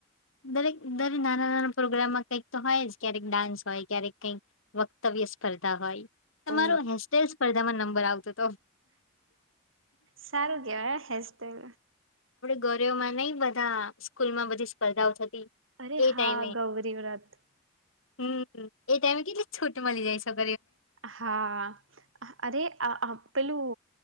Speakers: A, on the left; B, on the right.
A: દરેક દરે નાના નાના પ્રોગ્રામમાં કંઈક તો હોય જ ક્યારેક ડાન્સ હોય ક્યારેક કંઈક વક્તવ્ય સ્પર્ધા હોય તમારો
B: ઓ
A: હેસ્ટાઈલ સ્પર્ધામાં નંબર આવતો હતો
B: સારું કેવાય હેજું
A: ગરયોમાં નહ બધા સ્કૂલ માં બધી સ્પર્ધાઓ થતી
B: અરે
A: એ
B: હા
A: ટાઈમે
B: ગૌરી વ્રત
A: હમ એ ટાઈમે કેટલી છૂટ મળી જાય શકો
B: હા અરે આ પેલું